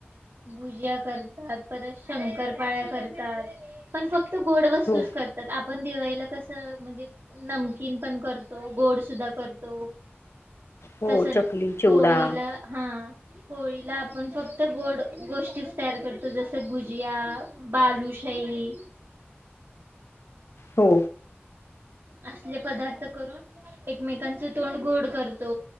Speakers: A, on the right; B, on the left.
A: गुज्या करतात परत शंकर पाळ्या करतात पण फक्त गोड वस्तूच
B: हो
A: करतात. पण दिवाळीला कसं म्हणजे नमकीन पण करतो गोड सुद्धा करतो.
B: हो
A: तस नाही
B: चकली चिवडा
A: होळीला हा. होळीला आपण फक्त गोड गोष्टीच तयार करतो जसे भुजया बालू शाई.
B: हो.
A: असले पदार्थ करून एकमेकांच तोंड गोड करतो.